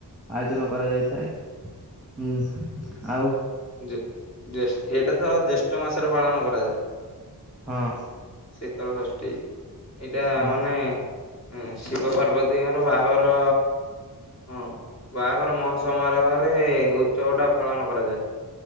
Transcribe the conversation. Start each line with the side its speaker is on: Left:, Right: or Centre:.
Centre: ଆୟୋଜନ କରାଯାଇଥାଏ ହୁଁ ଆଉ
Left: ଜେ ଜେଷ୍ ଏଇଟା ତ ଜ୍ୟେଷ୍ଠ ମାସରେ ପାଳନ କରାଯାଏ।
Centre: ହଁ।
Left: ଶୀତଳ ଷଷ୍ଠୀ ଏଇଟା
Centre: ହଁ
Left: ମାନେ ହଁ ଶିବ ପାର୍ବତୀଙ୍କର ବାହାଘର ହଁ ବାହାଘର ମହା ସମାରୋହରେ ଉତ୍ସବଟା ପାଳନ କରାଯାଏ।